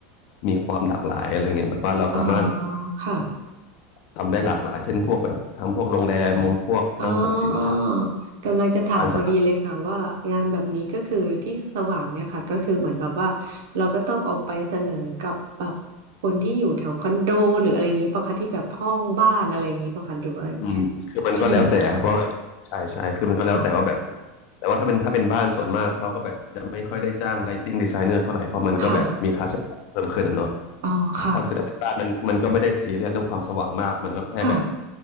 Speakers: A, on the left; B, on the right.
A: มีความหลากหลายอะไรเงี้ยแบบว่าเราสามารถ
B: อ๋อค่ะ
A: ทำได้หลากหลายเช่นพวกแบบทำพวกโรงแรมมุมพวกห้างสรรพสินค้า
B: อ๋อกำลังจะถามพอดีเลยค่ะว่างานแบบนี้ก็คือที่สว่างเนี่ยค่ะก็คือเหมือนแบบว่าเราก็ต้องออกไปเสนอกับแบบคนที่อยู่แถวคอนโดหรืออะไรอย่างนี้ปะคะที่แบบห้องบ้านอะไรอย่างนี้ปะคะหรือว่า
A: ร้านสรรพอืมคือมันก็แล้วแต่ครับว่าแบบใช่ใช่คือมันก็แล้วแต่ว่าแบบ
B: ใช่ไหมค่ะ
A: แต่ว่าถ้าเป็นถ้าเป็นบ้านส่วนมากเขาก็แบบจะไม่ค่อยได้จ้าง lighting designer เท่าไหร่เพราะมันก็แบบมีค่าใช้จ่ายเพิ่มขึ้นอะเนาะ
B: ค่ะอ๋อค่ะ
A: ถ้าคือถ้าเป็นบ้านมันมันก็ไม่ได้ซีเรียสเรื่องความสว่างมากมันก็แค่แบบ
B: ค่ะ